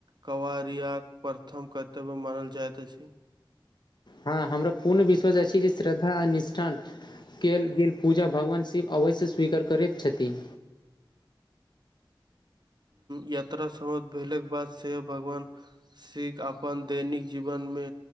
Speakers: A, on the right (about 55°); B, on the left (about 55°).
A: कँवरियाक प्रथम कर्तव्य मानल जाइत अछि।
B: हँ हमरा पूर्ण विश्वास अछि जे श्रद्धा आ निष्ठान कयल गेल पूजा भगवान शिव अवश्य स्वीकार करैत छथिन
A: यात्रा समाप्त भेलाके बाद से भगवान सीख अपन दैनिक जीवनमे